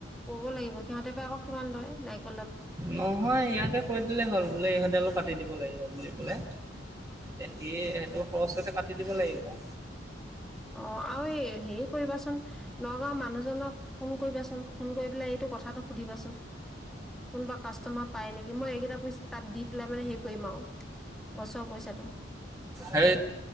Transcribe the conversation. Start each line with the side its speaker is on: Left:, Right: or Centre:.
Centre: ক'ব লাগিব সিহঁতে বা আকৌ কিমান লয় নাৰি-
Right: নহয় ইয়াকে কৈ দিলেই হ'ল বোলে ইহঁত ডালো কাটি। দিব লাগিব বুলি কলে তেতিয়া সি সেইটো খৰচতে কাটি দিব লাগিব আ।
Centre: অঁ আৰু এই হেৰি কৰিবাচোন নগাঁওৰ মানুহ মানুহজনক ফোন কৰিবাচোন ফোন কৰি পেলাই এইটো কথাটো সুধিবাচোন কোনোবা কাষ্টমাৰ পাই নেকি মই এইকেইটা পইচা তাত দি পেলাই মানে হেৰি কৰিম আও গছৰ পইচাটো
Right: সেই